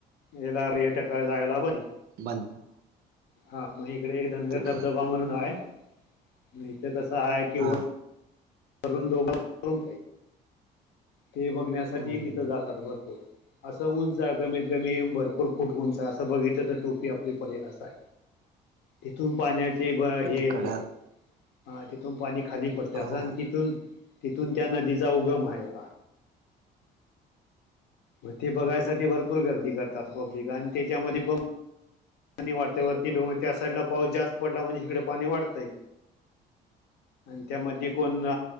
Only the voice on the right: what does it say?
बंद.
ते
बघ
हा
हम्म
रीकाम आहे.
तिकड
हा
रीकाम आहे.